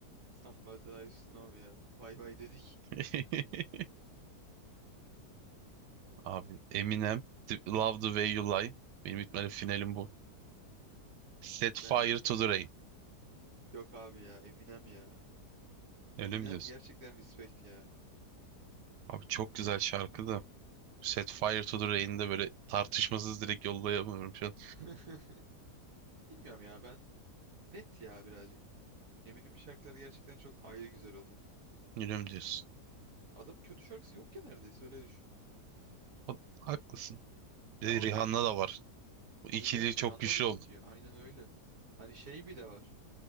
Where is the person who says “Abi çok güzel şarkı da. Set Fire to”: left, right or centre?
Right